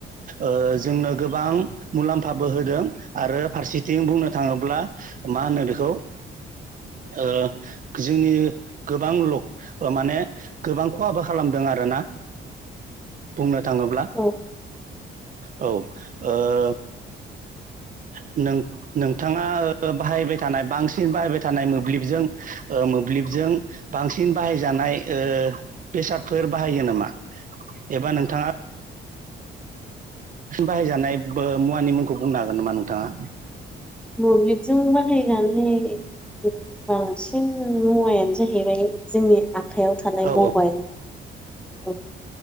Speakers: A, on the right; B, in the centre.
A: ओ जोंनो गोबां मुलाम्फाबो होदों आरो फारसेथिं बुंनो थांङोब्ला मा होनो बेखौ ओ जोंनि गोबां माने गोबां खहाबो खालामदों आरोना बुंनो थांङोब्ला
B: औ
A: औ ओ नों नोंथांङा बाहायबाय थानाय बांसिन बाहायबाय थानाय मोब्लिबजों ओ मोब्लिब मोब्लिबजों बांसिन बाहाय जानाय ओ बेसादफोर बाहायो नामा? एबा नोंथांङा बाहायजानाय मुवानि मुंखौ बुंनो हागोन नामा नोंथांङा
B: मोब्लिबजों बाहायजानाय बांसिन मुवाया- जाहैबाय जोंनि आखयाव थानाय
A: औ
B: मबाइल
A: औ
B: औ